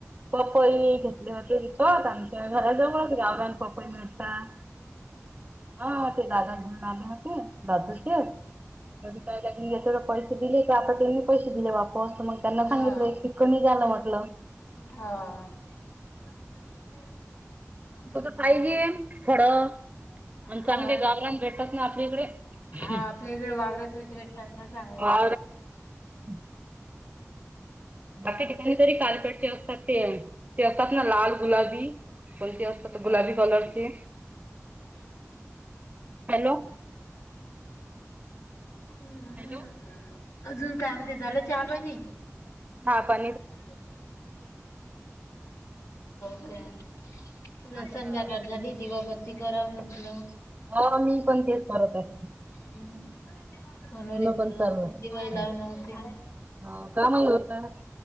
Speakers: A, on the right; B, on the left.
A: घेतले होते कळत आमच्या घरा जवळच गावरान पपई मिळतात. हा ते दादा घेऊन आले होते दादूचे त कायलाच्या पैसे दिले का. आता त्यांनी पैसे दिले वापस मग त्यांना
B: हा
A: सांगितलं की कमी झालं म्हटलं.
B: हा. <inaudible> हम्म.
A: तस पाहिजे खड आणि
B: हा
A: चांगले गावरान भेटत ना आपल्या इकडे.
B: हा आपल्या इकडे वावरातलेच भेटतात ना चांगले.
A: हवा <inaudible> बाकी ठिकाणी तरी कालपेटचे असतात ते ते असतात ना लाल गुलाबी. कोणती असतात गुलाबी कलरची
B: <inaudible>
A: हॅलो!
B: हम्!
A: हॅलो
B: अजून काय म्हणते झालं चहापाणी?
A: हा. बा
B: <inaudible> हा का
A: आता
B: संध्याकाळ
A: तर
B: झाली दिवाबत्ती करा म्हटलं.
A: हा मी पण तेच करत असते.
B: हम् हम्. म्हनोरे दिवाई
A: पण चालू आहे
B: लाव नव्हती
A: ह का नाही होता